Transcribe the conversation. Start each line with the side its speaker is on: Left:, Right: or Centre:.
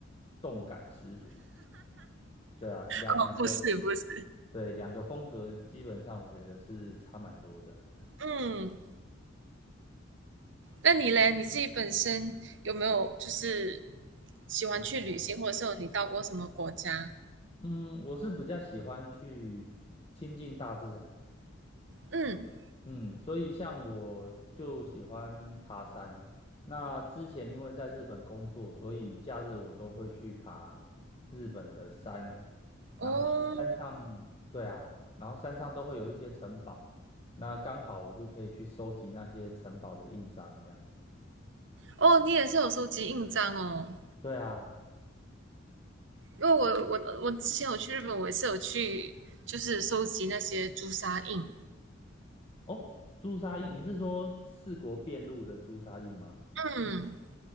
Left: 动感十足。对啊，两两个
Right: 哦，不是不是，
Left: 对两个风格基本上我觉得是差蛮多的啊。
Right: 嗯，那你嘞？你自己本身有没有就是喜欢去旅行，
Left: 哦，
Right: 或者是有你到过什么国家？
Left: 嗯，我是比较喜欢去亲近大自然。
Right: 嗯，
Left: 嗯，所以像我就喜欢爬山。那之前因为在日本工作，所以假日我都会去爬日本的山。然后山上，
Right: 哦，
Left: 对啊，然后山上都会有一些城堡，那刚好我就可以去收集那些城堡的印章，这样。
Right: 哦，你也是有收集印章哦，
Left: 对啊，
Right: 因为我我我之前有去日本，我也是有去就是收集那些朱砂印。
Left: 哦，朱砂印，你是说四国遍路的朱砂印吗？
Right: 嗯，